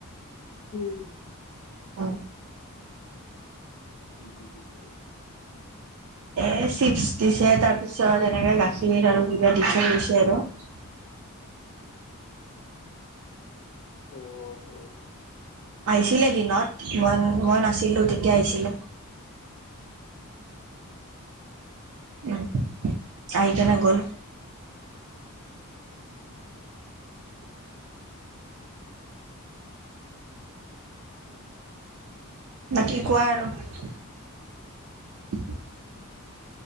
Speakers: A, on the left (about 45°); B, on the right (about 65°).
A: উম
B: অ
A: কি কি জ তল
B: এ চিপচ দিছে তাৰ পিছত এনেকে গাখীৰ লাৰু কিবা দি থৈ গৈছে আৰু হয়
A: অ নেকি
B: আহিছিলে দিনত মই মই নাছিলোঁ তেতিয়া আহিছিলে উম আহই কেনে গ'ল বাকী কোৱা আৰু উম